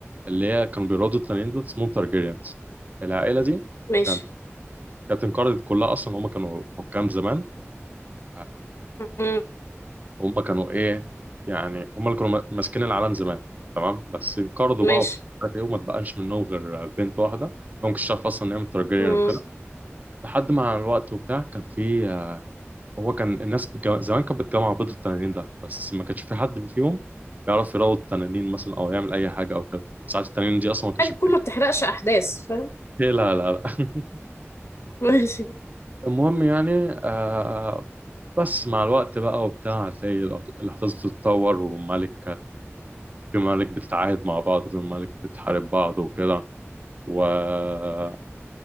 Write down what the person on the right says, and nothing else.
اللي هي كانوا بيرادوا التانيين دول اسمهم تارجيريانز العائلة دي
كانت كانت انقرضت كلها أصلا هم كانوا حكام زمان آه،
هم كانوا إيه يعني هم اللي كانوا ما- ماسكين العالم زمان تمام بس انقرضوا
بقى ومش عارف إيه وما اتبقاش منهم غير آه، بنت واحدة ما كنتش عارف أصلا إن هي من تارجيريان
وكده لحد مع الوقت وبتاع كان في آه، هو كان الناس بتجو... زمان كانت بتجمع بيض التنانين ده بس ما كانش في حد فيهم بيعرف يروض التنانين مثلا او يعمل اي حاجه او كده ساعات التنانين دي اصلا ما كانتش
بتاكل
إيه لا لا لا <laughs>
المهم يعني آه بس مع الوقت بقى وبتاع هتلاقي الأط- الاحداث بتتطور وملك في ملك بتتعاهد مع بعض وفي ملك بتحارب بعض وكده وبيحاولوا